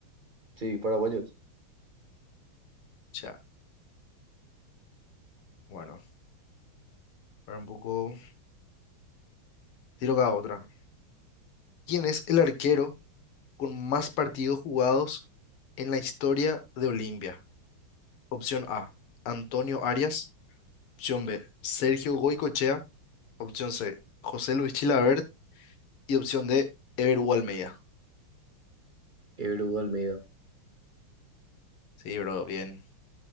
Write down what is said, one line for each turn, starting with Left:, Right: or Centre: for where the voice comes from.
Right: Sí, paraguayos.
Left: sea, bueno, para un poco tiro cada otra. ¿Quién es el arquero con más partidos jugados en la historia de Olimpia? Opción A, Antonio Arias. Opción B, Sergio Goicochea. Opción C, José Luis Chilabert. Y opción D, Ever Hugo Almeida.
Right: Qué Almeida.
Left: Sí, bro, bien.